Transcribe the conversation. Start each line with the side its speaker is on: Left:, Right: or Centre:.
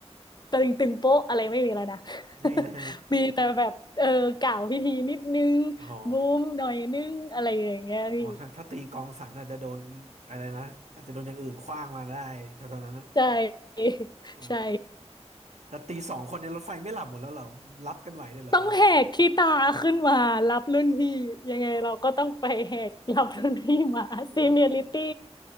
Left: ตึงตึงโป๊ะอะไรไม่มีแล้วนะ
Right: ไม่มีแล้วใช่ไหม
Left: <laughs> มีแต่แบบเออกล่าวพิธีนิดนึง
Right: อ๋อ
Left: บูมหน่อยนึงอะไรอย่างเงี้ยพี่
Right: อ๋อถ้าถ้าตีกองสันอาจจะโดนอะไรนะอาจจะโดนอย่างอื่นขว้างมาได้แถวๆนั้นนะ
Left: ใช่ <laughs>
Right: อ๋อ
Left: ใช่
Right: แต่ตีสองคนในรถไฟไม่หลับหมดแล้วเหรอรับกันไหวเลยเหรอมันว่า
Left: ต้องแหกขี้ตาขึ้นมารับรุ่นพี่ยังไงเราก็ต้องไปแหกรับรุ่นพี่มาซีเนียริตี้
Right: อ๋อโ